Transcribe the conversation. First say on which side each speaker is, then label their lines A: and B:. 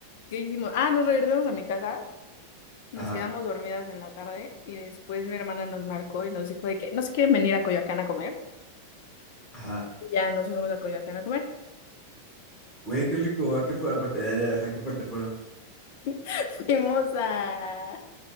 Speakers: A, on the left; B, on the left.
A: ¿qué hicimos? Ah, nos regresamos a mi casa, nos
B: Ajá,
A: quedamos dormidas en la tarde y después mi hermana nos marcó y nos dijo de que nos quieren venir a Coyoacán a comer.
B: ajá.
A: Y ya nos fuimos a Coyoacán a comer.
B: Güey, qué rico. ¿A qué fue? ¿A pa- a qué parte fueron?
A: <laughs> Fuimos a,